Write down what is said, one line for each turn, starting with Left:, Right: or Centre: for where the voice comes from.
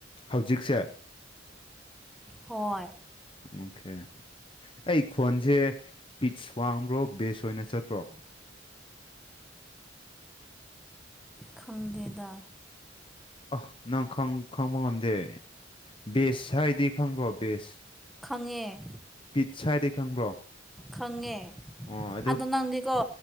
Left: ꯍꯧꯖꯤꯛꯁꯦ
Centre: ꯍꯣꯏ
Left: ꯑꯣꯀꯦ ꯑꯩ ꯈꯣꯟꯁꯦ ꯄꯤꯠꯁ ꯋꯥꯡꯕ꯭ꯔꯣ ꯕꯦꯁ ꯑꯣꯏꯅ ꯆꯠꯄ꯭ꯔꯣ
Centre: ꯈꯪꯗꯦꯗꯥ
Left: ꯑꯍ ꯅꯪ ꯈꯪꯕ ꯉꯝꯗꯦ ꯕꯦꯁ ꯍꯥꯏꯗꯤ ꯈꯪꯕ꯭ꯔꯣ ꯕꯦꯁ
Centre: ꯈꯪꯉꯦ
Left: ꯄꯤꯠꯁ ꯍꯥꯏꯗꯤ ꯈꯪꯕ꯭ꯔꯣ
Centre: ꯈꯪꯉꯦ
Left: ꯑꯣ ꯑꯗꯨ
Centre: ꯑꯗꯣ ꯅꯪꯗꯤꯀꯣ